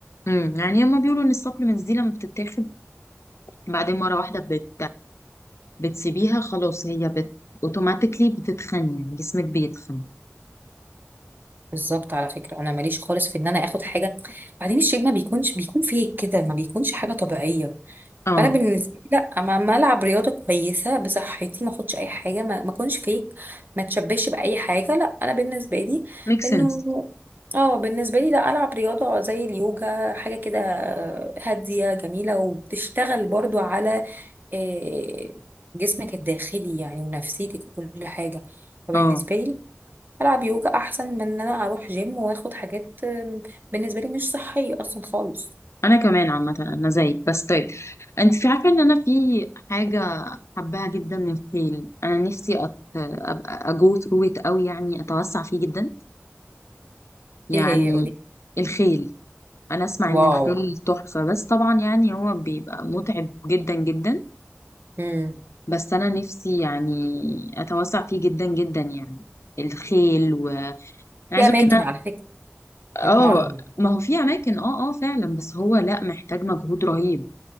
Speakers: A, on the left; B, on the right.
A: امم يعني هما بيقولوا ان السبلمنتس دي لما بتتاخد بعدين مره واحده بت بتسيبيها خلاص هي بت... اوتوماتيكلي بتتخن يعني جسمك بيتخن
B: بالظبط على فكرة أنا ماليش خالص في إن أنا آخد حاجة بعدين الشيب ما بيكونش بيكون فيك كده ما بيكونش حاجة طبيعية
A: اه
B: فأنا بالنسبة لي لأ ما ما ألعب رياضة كويسة بصحتي ما أخدش أي حاجة ما ما أكونش فيك ما تشبهش بأي حاجة لأ أنا بالنسبة لي
A: ميك سنس
B: إنه اه بالنسبة لي لأ ألعب رياضة زي اليوجا حاجة كده هادية جميلة وبتشتغل برضو على آه، جسمك الداخلي يعني ونفسيتك وكل حاجة فبالنسبة
A: اه
B: لي العب يوجا احسن من ان انا اروح جيم واخد حاجات آم، بالنسبه لي مش صحيه اصلا خالص
A: انا كمان عامه انا زيك بس طيب انت في عارفه ان انا في حاجه حباها جدا من الخيل انا نفسي أت... ابقى اجو ثرو ات قوي يعني اتوسع فيه جدا يعني
B: ايه هي ودي
A: الخيل انا اسمع ان
B: واو
A: الخيل تحفه بس طبعا يعني هو بيبقى متعب جدا جدا
B: امم
A: بس انا نفسي يعني اتوسع فيه جدا جدا يعني الخيل و... انا عايزه
B: في اماكن
A: اقولك
B: على فكره
A: اه
B: بتمرن
A: ما هو في اماكن اه اه فعلا بس هو لا محتاج مجهود رهيب